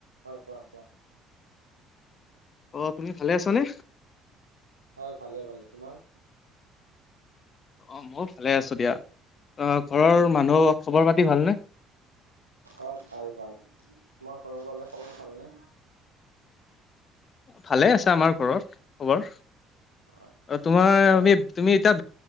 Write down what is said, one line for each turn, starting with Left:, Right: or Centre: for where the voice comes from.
Right: হয় কোৱা কোৱা
Left: অ', তুমি ভালে আছানে?
Right: হয় ভালে ভালে তোমাৰ?
Left: অ', মই ভালে আছো দিয়া। অ', ঘৰৰ মানুহ খবৰ পাতি ভালনে?
Right: অ', ভাল ভাল তোমাৰ ঘৰৰ খবৰ ভালনে?
Left: ভালে আছে আমাৰ ঘৰত খবৰ।
Right: হয়
Left: অ তোমাৰ
Right: ভাত খালা
Left: আমি তুমি এতিয়া